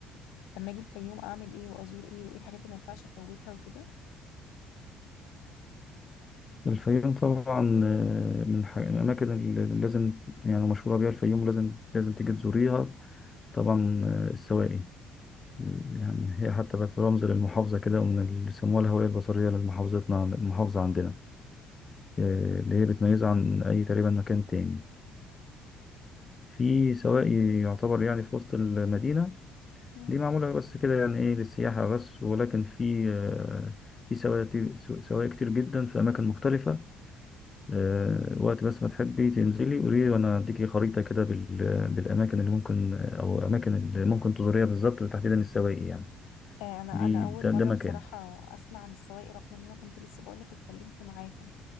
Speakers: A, on the left; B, on the left.
A: لما اجي الفيوم اعمل ايه وازور ايه وايه الحاجات اللي ما ينفعش افوتها وكده
B: الفيوم طبعا آه، من الح- من الأماكن اللي لازم يعني مشهورة بيها الفيوم لازم لازم تيجي تزوريها طبعا آه، السواقي يعني هي حتى بقت رمز للمحافظة كده ومن اللي بيسموها الهوية البصرية لمحافظتنا عن- المحافظة عندنا آه، اللي هي بتميزها عن أي تقريبا مكان تاني في سواقي يعتبر يعني في وسط المدينة
A: مم.
B: دي معمولة بس كده يعني إيه للسياحة بس ولكن في آه، في سواقي سواقي كتير جدا في أماكن مختلفة آه، وقت بس ما تحبي تنزلي قولي لي وانا اديكي خريطة كده بال- بالاماكن اللي ممكن او اماكن اللي ممكن تزوريها بالظبط وتحديدا السواقي يعني
A: آه، انا
B: دي
A: انا اول
B: ده,
A: مره
B: ده مكان
A: بصراحه اسمع عن السواقي رغم ان انا كنت لسه بقولك اتكلمت معاكم